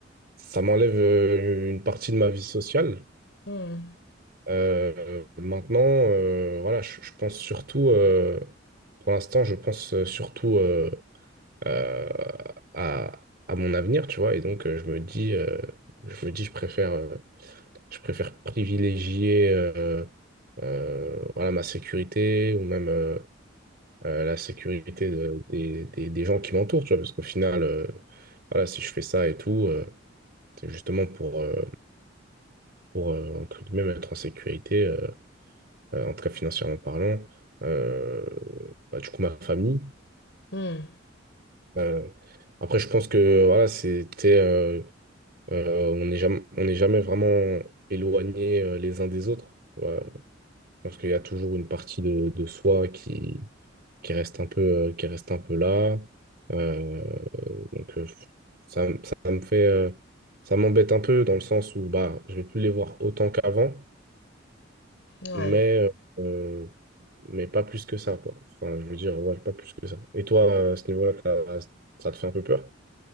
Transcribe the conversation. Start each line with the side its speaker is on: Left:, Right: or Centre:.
Right: ça m'enlève euh, une partie de ma vie sociale.
Left: Hmm,
Right: Euh, maintenant, euh, voilà, je, je pense surtout, euh, pour l'instant, je pense euh, surtout euh, euh, à, à mon avenir, tu vois, et donc euh, je me dis, euh, je me dis, je préfère. euh, je préfère privilégier euh, euh, voilà, ma sécurité ou même euh, euh, la sécurité de- des, des- des gens qui m'entourent, tu vois, parce qu'au final, euh, voilà, si je fais ça et tout, euh, c'est justement pour, euh, pour euh, entre guillemets, être en sécurité, euh, euh, en tout cas financièrement parlant, euh, bah, du coup, ma famille.
Left: hmm,
Right: Euh, après, je pense que voilà, c'était, euh, euh, on n'est jamais, on n'est jamais vraiment éloignés euh, les uns des autres. euh, Je pense qu'il y a toujours une partie de, de soi qui, qui reste un peu, euh, qui reste un peu là. Euh, donc, euh, ça, ça me fait, euh, ça m'embête un peu dans le sens où bah, je vais plus les voir autant qu'avant,
Left: ouais.
Right: mais, euh, mais pas plus que ça, quoi. Enfin, je veux dire, ouais, pas plus que ça. Et toi, euh, à ce niveau-là, t'as- ça te fait un peu peur?